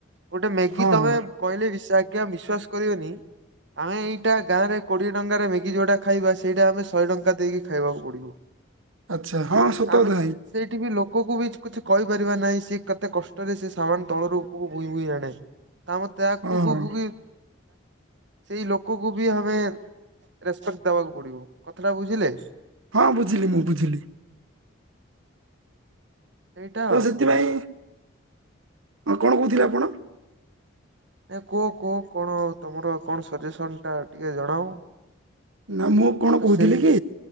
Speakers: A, on the right; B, on the right.
A: ଗୋଟେ ମ୍ୟାଗି
B: ହଁ
A: ତମେ
B: ହଁ
A: କହିଲେ ଆଜ୍ଞା ବିଶ୍ଵାସ କରିବେନି। ଆମେ ଏଇଟା ଗାଁରେ କୋଡ଼ିଏ ଟଙ୍କାରେ ମ୍ୟାଗି ଯେଉଁଟା ଖାଇବା ସେଇଟା ଆମେ ଶହେ ଟଙ୍କା ଦେଇକି ଖାଇବାକୁ ପଡ଼ିବ।
B: ଆଚ୍ଛା ହଁ ସତ
A: ଆମେ
B: କଥା
A: ସେଇଠି
B: ଭାଇ
A: ବି ଲୋକକୁ ବି କିଛି କହିପାରିବା ନାହିଁ ସେ କେତେ କଷ୍ଟରେ ସେ ସାବମାନ ତଳରୁ ଉପକୁ ଭୁଇଁ ଭୁଇଁ ଆଣେ। କମ ତାକୁକୁ
B: ହଁ ହଁ
A: କି ସେଇ ଲୋକକୁ ବି ଆମେ ରିସ୍ପେକ୍ଟ ଦବାକୁ ପଡିବ କଥାଟା ବୁଝିଲେ?
B: ହଁ ବୁଝିଲି ମୁଁ ବୁଝିଲି।
A: ସେଇଟା
B: ତ
A: ଆଉ
B: ସେଥିପାଇଁ
A: କଣ।
B: ହଁ କଣ କହୁଥିଲେ ଆପଣ?
A: ଏ କୁହ କୁହ କଣ ତମର କଣ ସଜେସନ ଟା ଟିକେ ଜଣାଅ?
B: ନା ମୁଁ କଣ
A: ତ
B: କହୁଥିଲି
A: ସେଇ
B: କି